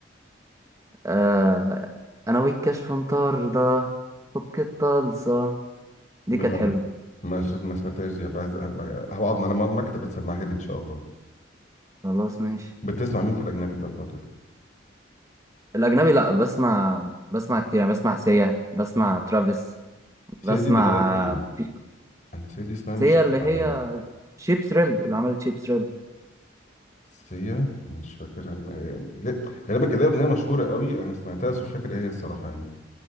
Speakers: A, on the right; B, on the left.
A: آه انا والكشف مطار ده فك الطلسة دي
B: لا،
A: كانت حلوة
B: ما شفت ما سمعتهاش دي بعز... ب- هقعد لما اقعد مكتب بتسمعها لي ان شاء الله
A: خلاص ماشي
B: بتسمع مين في الاجنبي طب لو كده
A: الاجنبي لا بسمع بسمع كتير يعني بسمع سيا بسمع ترافيس
B: سيدي
A: بسمع
B: اللي غنت ايه
A: في
B: انا سيدي اسمها مش
A: سيا اللي
B: غريب
A: هي
B: عليا
A: شيب ثريل اللي عملت شيب ثريل
B: سيا مش فاكرها م... آه، لا غالبا كان ليها اغنيه مشهوره قوي انا سمعتها بس مش فاكر ايه هي الصراحه